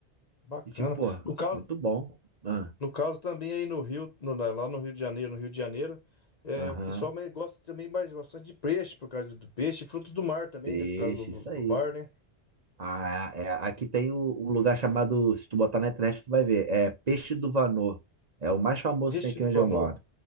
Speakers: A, on the left (about 45°); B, on the right (about 45°).
A: bacana.
B: E tipo, pô,
A: No caso,
B: muito bom. Ah,
A: no caso também aí no Rio, no- na- lá no Rio de Janeiro, no Rio de Janeiro, é,
B: Aham,
A: o pessoal mais gosta também mais bastante de peixe, por causa do peixe e frutos do mar também,
B: peixe,
A: né? Por causa do,
B: isso
A: do
B: aí.
A: mar, né?
B: Ah, é, é, aqui tem o, um lugar chamado, se tu botar na internet tu vai ver, é Peixe do Vanô. É o mais famoso
A: Peixe
B: que tem aqui
A: do
B: onde
A: valor.
B: eu moro.